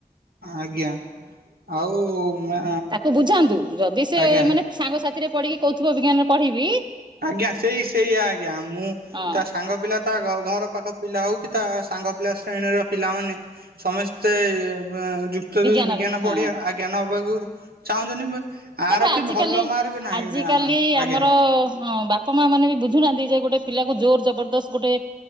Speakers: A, on the right (about 80°); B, on the right (about 30°).
A: ଆଜ୍ଞା ଆଉ ମ୍ୟା
B: ତାକୁ ବୁଝାନ୍ତୁ ଯଦି ସେ
A: ଆଜ୍ଞା।
B: ମାନେ ସାଙ୍ଗ ସାାଥିରେ ପଡ଼ିକି କହୁଥିବ ବିଜ୍ଞାନରେ ପଢି଼ବି
A: ଆଜ୍ଞା ସେଇ ସେଇଆ ଆଜ୍ଞା। ମୁଁ
B: ହଁ
A: ତା ସାଙ୍ଗ ପିଲା ତା ଘର ପାଖ ପିଲା ହଉ କି ତା ସାଙ୍ଗ ପିଲା ଶ୍ରେଣୀର ପିଲାମାନେ। ସମସ୍ତେ ଯୁକ୍ତ
B: ବିଜ୍ଞାନରେ
A: ଦୁଇ ବିଜ୍ଞାନ
B: ହଁ।
A: ପଢ଼ିବା ଆଜ୍ଞା ନବାକୁ ଚାହୁଁଛନ୍ତି।
B: ତାପରେ
A: ଆର ବି
B: ଆଜିିକାଲି
A: ଭଲ ମାର୍କ ନାହିଁ
B: ଆଜିିକାଲି
A: ମ୍ୟା ଆଜ୍ଞା
B: ଆମର ହଁ ବାପା ମା ମାନେ ବି ବୁଝୁନାହାନ୍ତି ଯେ ଗୋଟେ ପିଲା କୁ ଜୋର ଜବରଦସ୍ତ ଗୋଟେ